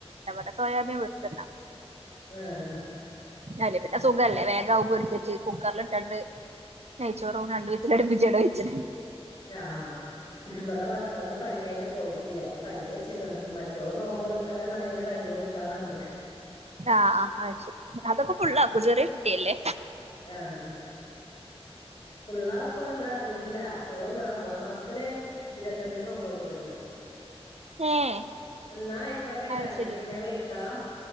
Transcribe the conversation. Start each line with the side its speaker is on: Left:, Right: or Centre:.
Right: ഞാ പർണ് സോയാബീൻ വെച്ചെന്നാ മതി
Left: ആഹ്
Right: അയിൽ പിന്നെ സുഖ അല്ലെ വേഗം അഹും പൊര്ച്ചെച്ച് കുക്കെർൽ ഇട്ടാണ്ട് നെയ്ച്ചോറും രണ്ട് വിസ്ൽ അട്പ്പി ച്ച് അയുടെ വെച്ച്ണ്
Left: ആഹ് ആഹ് ഇബെടെ ഭർത്താവിന് പനിയായിട്ട് പോയിട്ട് ഇല്ല അപ്പ കഞ്ഞി വെച്ച്ക്ക്ണ് ഇഞ്ഞ് മറ്റോൾ നോമ്പ് മുറി ക്കാണ്ന്ന് ഉണ്ടെങ്കിൽ കഞ്ഞി കുടിക്കാന്ന് പർണ്ക്ക്ണ്
Right: ആഹ് ആഹ് അഹ് ശരി അതൊക്കെ ഫുള്ളാക്കൊ ചെറെ കുട്ടി അല്ലെ
Left: ആഹ് ഫുള്ളാക്കോ എന്താ അറിയില്ല ഓൾ റമളാം മാസത്തിൽ ഇരത്തഅഞ്ച് നോമ്പോറ്റ്ക്ക്ണ്.
Right: ഏഹ്
Left: ഇന്നാ അയിക്കോട്ടെ ട്ടോ
Right: അത്
Left: ഞാ
Right: ശരി
Left: പിന്നെ വിളിക്കാം